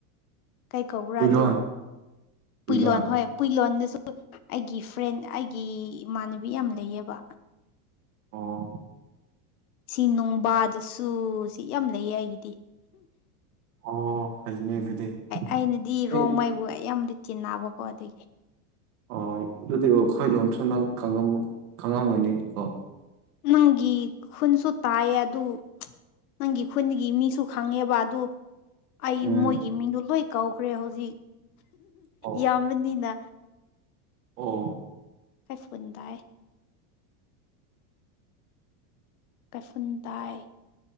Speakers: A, on the left; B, on the right.
A: ꯀꯩ ꯀꯧꯕ꯭ꯔꯥ
B: ꯍꯨꯏꯂꯣꯟ
A: ꯑꯗꯣ
B: ꯍꯨꯏꯂꯣꯟ
A: ꯄꯨꯏꯂꯣꯟ ꯍꯣꯏ ꯄꯨꯏꯂꯣꯟ ꯑꯗꯨ ꯑꯩꯒꯤ ꯐ꯭ꯔꯦꯟ ꯑꯩꯒꯤ ꯏꯃꯥꯟꯅꯕꯤ ꯌꯥꯝ ꯂꯩꯌꯦꯕ
B: ꯑꯣ
A: ꯁꯤ ꯅꯅꯨꯡꯕꯥꯗꯁꯨ ꯁꯤ ꯌꯥꯝ ꯂꯩꯌꯦ ꯑꯩꯒꯤꯗꯤ
B: ꯑꯣ ꯐꯩꯅꯦ ꯑꯗꯨꯗꯤ
A: ꯑꯩꯅꯗꯤ
B: ꯑꯩ
A: ꯔꯣꯡꯃꯩꯕꯨ ꯑꯩ ꯌꯥꯝꯗꯤ ꯇꯟꯅꯕꯀꯣ ꯑꯗꯒꯤ
B: ꯑꯣ ꯑꯗꯨꯗꯤ ꯑꯩꯈꯣꯏ ꯂꯣꯟꯝꯁꯨ ꯅꯪ ꯈꯪꯉꯝ ꯈꯪꯉꯝꯒꯅꯤ ꯀꯣ
A: ꯅꯪꯒꯤ ꯈꯨꯟꯁꯨ ꯇꯥꯏꯌꯦ ꯑꯗꯨ ꯅꯪꯒꯤ ꯈꯨꯟꯒꯤ ꯃꯤꯁꯨ ꯈꯪꯉꯦꯕ ꯑꯗꯨ ꯑꯩ
B: ꯎꯝ
A: ꯃꯣꯏꯒꯤ ꯃꯤꯡꯗꯣ ꯂꯣꯏ ꯀꯧꯈ꯭ꯔꯦ ꯍꯧꯖꯤꯛ
B: ꯑꯣ
A: ꯌꯥꯝꯕꯅꯤꯅ
B: ꯑꯣ
A: ꯀꯩꯐꯨꯟꯗꯥꯏ ꯀꯩꯐꯨꯟꯇꯥꯏ